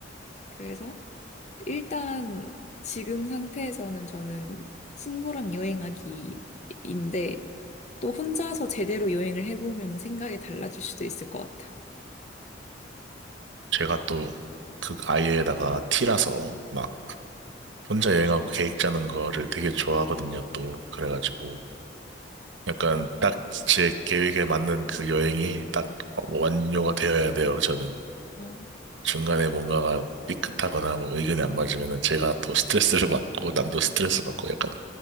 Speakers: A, on the left; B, on the right.
A: 그래서 일단 지금 상태에서는 저는 친구랑 여행하기인데 또 혼자서 제대로 여행을 해보면 생각이 달라질 수도 있을 것 같아요.
B: 제가 또, 그 아이에다가 T라서, 막, 혼자 여행하고 계획 짜는 거를 되게 좋아하거든요, 또. 그래가지고, 약간 딱 제 계획에 맞는 그 여행이 딱 어, 완료가 되어야 돼요, 저는.
A: 아,
B: 중간에 뭔가가 삐끗하거나 뭐 의견이 안 맞으면은 제가 또 스트레스를 받고, 남도 스트레스 받고, 약간